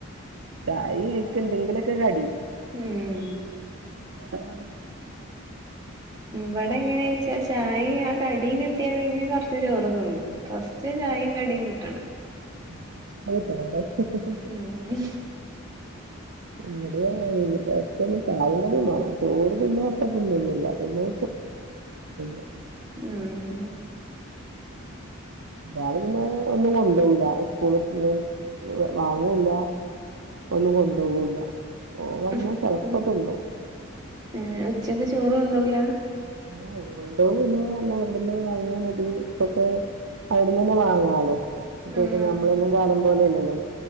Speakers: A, on the right (about 70°); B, on the right (about 20°).
A: ചായി അയിക്കെന്തെങ്കിലൊക്കെ കടി.
B: ഉം
A: ബടെ ആളിന് ഉമ്മ
B: ഇവടെ എങ്ങനെയേച്ചാ ചായിം ആ കടിം കിട്ട്യാ പിന്നെ കൊറച്ച് ചോറ് തിന്നും ഫസ്റ്റ്. ച് ചായിം കടിം കിട്ടണം.
A: <unintelligible>
B: മ്മ്ഹ്..
A: ഇവിടെ അങ്ങനെ ഫസ്റ്റന്നെ ചായിം കടിം മാണം. ചോറ് പിന്നെ അപ്പ തിന്നോന്നുല്ല. പിന്നെ <unintelligible>
B: ഉം
A: ഒരാള് പിന്നെ ഒന്നും കൊണ്ടോവൂല്ല. ഇസ്കൂൾ പോവും വാങ്ങൂല്ല. ഒന്നും കൊണ്ടോവൂല്ല. ഓൻ വന്നാ
B: ഉസ്കൂള്.
A: ചെലപ്പോ തിന്നും
B: ഏഹ് ഉച്ചക്ക് ചോറ് കൊണ്ടോവൂല?
A: <unintelligible> കൊണ്ടോവുല്ല, ന്നാ അവ്ട്ന്ന് വാങ്ങിയാമതി. ഇപ്പോക്കെ അവുട്ന്നന്നെ വാങ്ങാലോ. കുട്ട്യോക്ക്
B: ഉം
A: ഞമ്മളൊന്നും കാലം പോലല്ലല്ലോ.